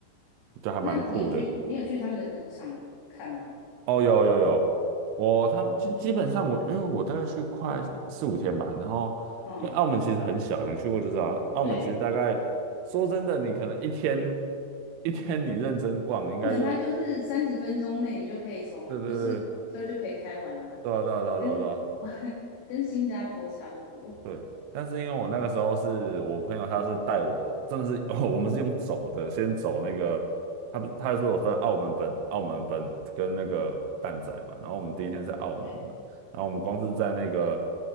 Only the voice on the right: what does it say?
就还蛮酷的。
哦，有有有，我他们基基本上我因为我大概去快四五天吧，然后因为澳门其实很小，
你去过就知道，澳门其实大概说真的，
你可能一天一天你认真逛，应该就
对对对对啊对啊对啊对啊对啊
对。但是因为我那个时候是我朋友，他是带我，真的是 <laughs> 哦，我们是用走的，先走那个，他不他是有分澳门本、澳门本跟那个蛋仔嘛，然后我们第一天是澳门，
然后我们光是在那个